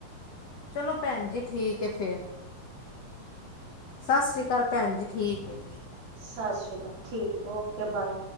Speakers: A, on the left; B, on the right.
A: ਚਲੋ, ਭੈੰਜੀ ਠੀਕ ਐ ਫੇਰ। ਸਸ ਸ੍ਰੀ ਕਾਲ ਭੈਣ ਜੀ, ਠੀਕ ਏ।
B: ਸਸ ਸ੍ਰੀ ਕਾਲ, ਠੀਕ, ਓਕੇ ਬਾਏ।